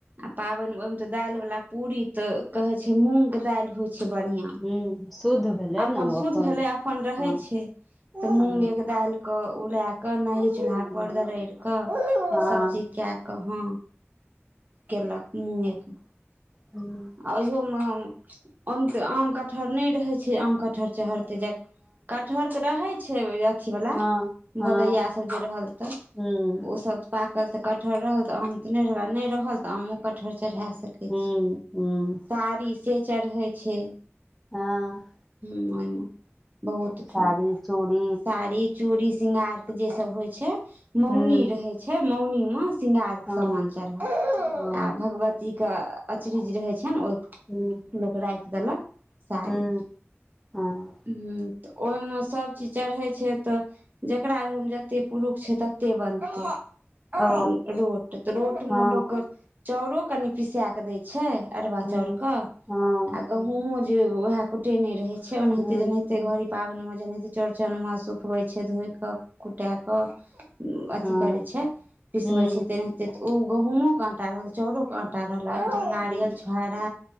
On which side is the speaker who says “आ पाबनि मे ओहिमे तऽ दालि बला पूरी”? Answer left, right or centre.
Right